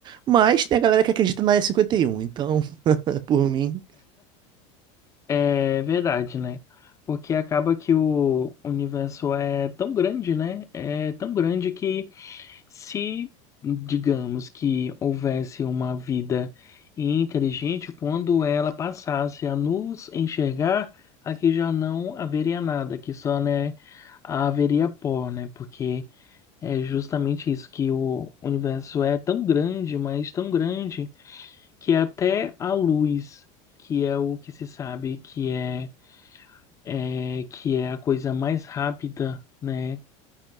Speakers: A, on the right; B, on the left.
A: Mas tem a galera que acredita na E51, então, <laughs> por mim.
B: é verdade, né? Porque acaba que o universo é tão grande, né? É tão grande que se, digamos, que houvesse uma vida inteligente, quando ela passasse a nos enxergar, aqui já não haveria nada, aqui só, né, haveria pó, né? Porque É justamente isso, que o universo é tão grande, mas tão grande, que é até a luz, que é o que se sabe que é, é que é a coisa mais rápida, né,